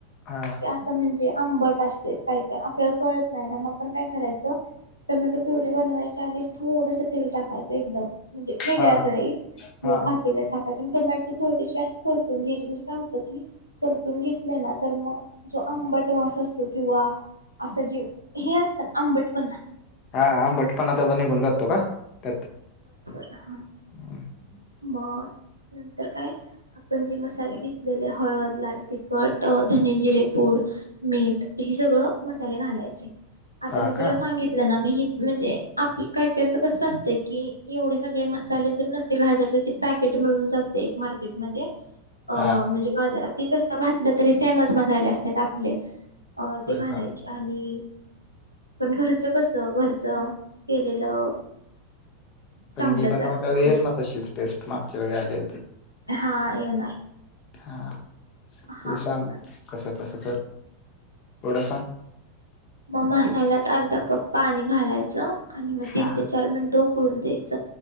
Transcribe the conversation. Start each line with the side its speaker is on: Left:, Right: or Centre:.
Left: हा
Right: असं म्हणजे आंबट असते काय का आपल्याला कळत नाही ना मग आपण काय करायचं टोमॅटो प्युरी बनवायचे आणि थोडस तेल टाकायचं एकदम म्हणजे वेगळ्या
Left: हा
Right: कडाईत किंवा
Left: हा
Right: पातेला टाक त्या टोमॅटो थोडीशी परतून घ्यायची म्हणजे काय होत की परतून घेतले ना तर मग जो आंबट वास असतो किंवा असं जे हे असतं ना आंबटपणा
Left: हा आंबटपणा त्याचा निघून जातो का त्यात
Right: हा
Left: ह
Right: बोल नंतर काय आपण जे मसाले घेतलेले हळद लाल तिखट धनेजिरे पूड मीठ ह सगळं मसाले घालायचे आता
Left: हा
Right: मी तुला
Left: का
Right: सांगितलं ना मी ही म्हणजे आप काय काय याचं कस असतं कि एवढे सगळे मसाले जर नसतील ते घाल ते पॅकेट मिळून जातं एक मार्केटमध्येध्ये अ
Left: हा
Right: म्हणजे बाजारात त तसं घातलं तरी सेमच मसाले असतात आपले अ
Left: होय
Right: ते घालायचे
Left: का
Right: आणि पण घरचं कस घरचं केलेलं
Left: पण
Right: चांगलं
Left: मी बनवलेल
Right: जरा चांगलं
Left: येईल ना तशीच टेस्ट मागच्या वेळे आले
Right: हा येणार.
Left: <unintelligible>
Right: हा
Left: तू सांग
Right: बर.
Left: कस कस. पुढे सांग.
Right: मग मसाल्यात अर्धा कप पाणी घालायचं. आणि मग
Left: हा
Right: तीन ते चार मिनट उकळून. उखळून द्यायच